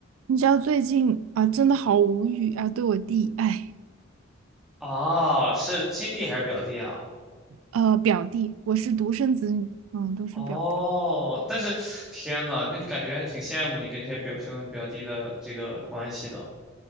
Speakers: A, on the right; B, in the centre.
A: 你知道最近啊，真的好无语啊！对我弟，哎，
B: 哦，是亲弟还是表弟啊？
A: 呃，表弟，我是独生子女，嗯，都是表弟。
B: 哦，但是天呐，那你感觉还挺羡慕你跟这些表兄表弟的这个关系的。